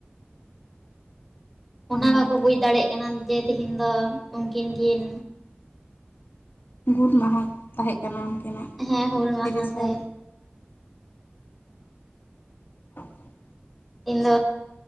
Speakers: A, in the centre; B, on the left.
A: ᱚᱱᱟ
B: ᱚᱱᱟᱜᱮ
A: ᱵᱟᱠᱚ ᱵᱩᱡᱽ ᱫᱟᱲᱮᱭᱟᱜ ᱠᱟᱱᱟ ᱡᱮ ᱛᱤᱦᱤᱧ ᱫᱚ ᱩᱱᱠᱤᱱ ᱠᱤᱱ
B: ᱜᱩᱨ ᱢᱟᱦᱟ ᱛᱟᱦᱮᱸᱜ ᱠᱟᱱᱟ ᱩᱱᱠᱤᱱᱟᱜ᱾
A: ᱦᱮᱸ ᱦᱩᱞ ᱢᱟᱦᱟ
B: ᱛᱤᱨᱤᱥᱟ
A: ᱥᱮ
B: <inaudible>
A: ᱤᱧ